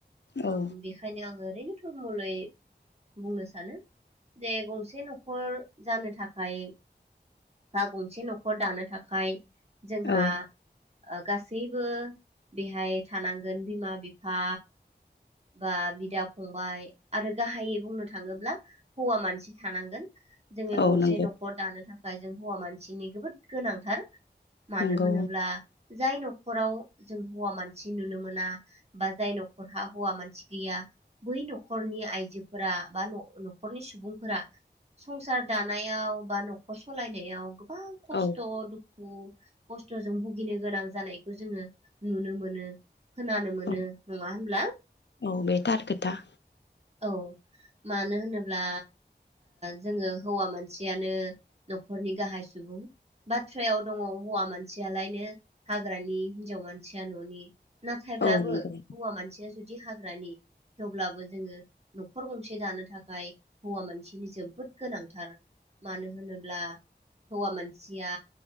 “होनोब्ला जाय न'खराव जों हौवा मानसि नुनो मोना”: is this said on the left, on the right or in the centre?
Right